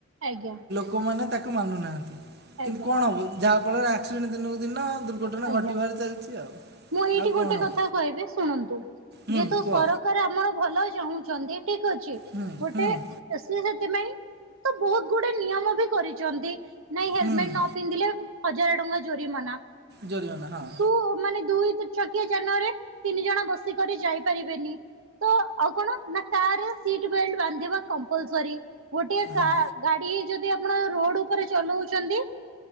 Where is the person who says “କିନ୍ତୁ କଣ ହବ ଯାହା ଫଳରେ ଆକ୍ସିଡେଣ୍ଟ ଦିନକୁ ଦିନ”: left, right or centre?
Right